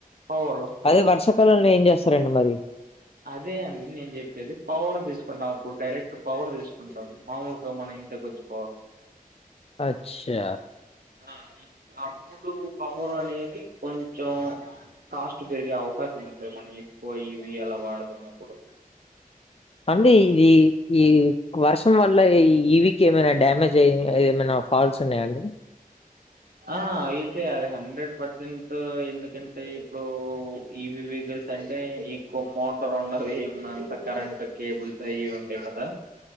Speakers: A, on the right; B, on the left.
A: అవును
B: అదే వర్షాకాలంలో ఏం చేస్తారండి మరి
A: అదే అండి నేను చెప్పేది పవర్ తీసుకుంటాం అప్పుడు డైరెక్ట్ పవర్ తీసుకుంటాం మామూలుగా మనం ఇంటికి వచ్చాం
B: అచ్చా
A: అ అప్పుడు పవర్ అనేది కొంచెం కాస్ట్ పెరిగే అవకాశం ఉంటుంది మన ఎక్కువ ఇవి అలా వాడుతున్నప్పుడు
B: అండి ఇది ఈ వర్షం వల్ల ఈ వీక్ ఏమైనా డ్యామేజ్ అయ్య ఏమైనా ఫాల్స్ ఉన్నాయండి
A: ఆ అయితే అది హండ్రెడ్ పర్సెంట్ ఎందుకంటే ఇప్పుడు టీవీ వెహికిల్స్ అంటే ఎక్కువ మోటార్ ఉండవి ఏమున్నా అంత కరెంట్ కేబుల్స్ అయి ఉం టయ్ గదా